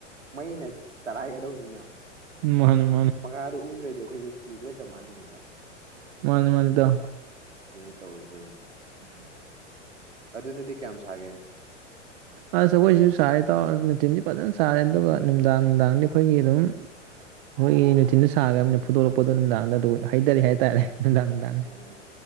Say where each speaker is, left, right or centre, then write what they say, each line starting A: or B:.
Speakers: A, on the right; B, on the right.
A: ꯃꯩꯅ ꯆꯂꯥꯏꯒꯗꯕꯅꯤꯅ
B: ꯑꯝ ꯃꯥꯅꯤ
A: ꯄꯪꯈꯥꯗꯨ ꯎꯡꯗꯔꯗꯤ ꯑꯩꯈ ꯑꯩꯈꯣꯢꯗꯤ ꯁꯤꯕꯒ ꯆꯞ ꯃꯥꯟꯅꯩꯌꯦꯕ
B: ꯃꯥꯅꯤ ꯃꯥꯅꯤ ꯏꯇꯥꯎ
A: ꯑꯗꯨꯅꯤ ꯇꯧꯔꯤꯁꯦ ꯑꯗꯨꯗꯗꯤ ꯀꯌꯥꯝ ꯁꯥꯒꯦ
B: ꯑꯥꯁ ꯑꯩꯈꯣꯢꯁꯨ ꯁꯥꯌꯦ ꯏꯇꯥꯎ ꯅꯨꯡꯊꯤꯜꯗꯤ ꯐꯖꯅ ꯁꯥꯔꯦ ꯑꯗꯨꯒ ꯅꯨꯝꯗꯥꯡ ꯅꯨꯝꯗꯥꯡꯗꯤ ꯑꯩꯈꯣꯏꯒꯤ ꯑꯗꯨꯝ ꯑꯩꯈꯣꯢꯒꯤ ꯅꯨꯡꯊꯤꯜꯗ ꯁꯥꯒꯔꯃꯤꯅ ꯐꯨꯗꯣꯔꯛꯄꯗꯣ ꯅꯨꯝꯗꯥꯡꯗ ꯑꯗꯨꯝ ꯍꯣꯏ ꯍꯩꯗꯔꯤ
A: ꯎꯝ
B: ꯍꯥꯏ ꯇꯥꯔꯦ ꯅꯨꯝꯗꯥꯡ ꯅꯨꯝꯗꯥꯡꯁꯦ
A: ꯑꯣ ꯑꯣ